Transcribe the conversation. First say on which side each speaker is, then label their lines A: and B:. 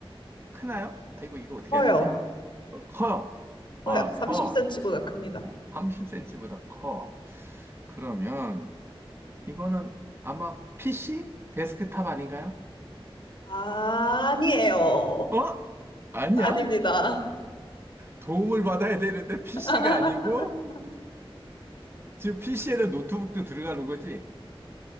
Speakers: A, on the right; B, on the left.
A: 크나요? 아이고, 이거 어떻게
B: 커요.
A: 해야 되지? 어, 커요.
B: 커요.
A: 아,
B: 30cm보다
A: 커.
B: 큽니다.
A: 30cm보다 커. 그러면, 이거는 아마 PC? 데스크탑 아닌가요?
B: 아, 아니에요.
A: 어? 아니야.
B: 아닙니다.
A: 도움을 받아야 되는데 PC가
B: <laughs>
A: 아니고 지금 PC에는 노트북도 들어가는 거지?